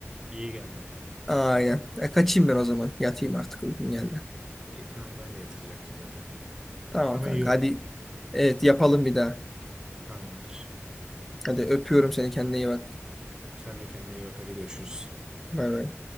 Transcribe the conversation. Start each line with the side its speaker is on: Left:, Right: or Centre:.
Right: İyi geldi.
Centre: Aynen. E, kaçayım ben o zaman. Yatayım artık uykum geldi.
Right: İyi tamam ben de yatacaktım zaten ya.
Centre: Tamam
Right: Ama
Centre: kanka.
Right: iyi oldu.
Centre: Hadi. Evet yapalım bir daha.
Right: Tamamdır.
Centre: Hadi öpüyorum seni. Kendine iyi bak.
Right: Sen de kendine iyi bak hadi görüşürüz.
Centre: Bay bay.